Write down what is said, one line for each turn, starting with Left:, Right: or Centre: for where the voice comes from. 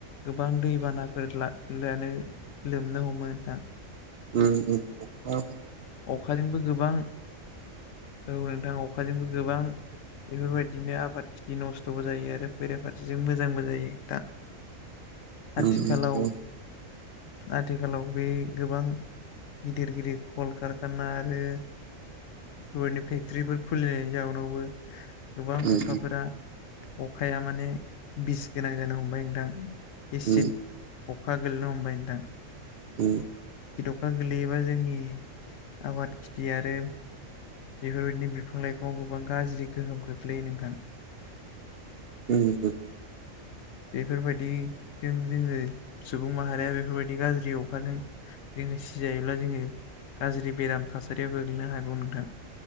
Left: गोबां दैबानाफोर लानो लोमनो हमो नोंथां
Right: उ औ
Left: अखाजोंबो गोबां औ नोंथां अखाजोंबो गोबां बेफोर बायदिनो आबाद थिलि नस्थ'बो जायो आरो बेराफारसेजों मोजांबो जायो। दा आथिखालाव
Right: उ नंगौ
Left: आथिखालाव बे गोबां गिदिर गिदिर कलकारखाना आरो बेफोरबायदिनो फेक्ट्रिफोर खुलिनायनि जाउनावबो गोबां
Right: उम
Left: अखाफोरा अखाया माने बिस गोनां जानो हमबाय नोंथां एसिड
Right: उ
Left: अखा गोलनो हमबाय नोंथां
Right: उ
Left: अखा गोलैयोबा जोंनि आबाद खिथि आरो बेफोर बायदिनो बिफां लाइफाङाव गोबां गाज्रि गोहोम खोख्लैयो नोंथां।
Right: ह
Left: बेफोर बायदि जों जोङो सुबुं माहारिया बेफोर बायदि गाज्रि अखाजों जोङो सिजायोब्ला जोङो गाज्रि बेराम थासारियाव गोग्लैनो हागौ नोंथां